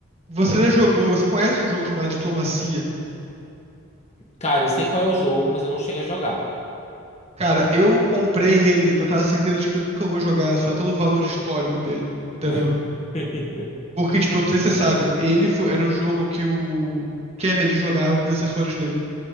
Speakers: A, on the right; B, on the left.
A: Você já jogou, você conhece um jogo chamado Diplomacia?
B: Cara, eu sei qual é o jogo, mas eu não cheguei a jogar.
A: Cara, eu comprei ele com aquela certeza de que eu nunca vou jogar só pelo valor histórico dele, entendeu?
B: <laughs>
A: Porque, tipo, eu não sei se você sabe, ele foi- era o jogo que o Kennedy jogava com os assessores dele.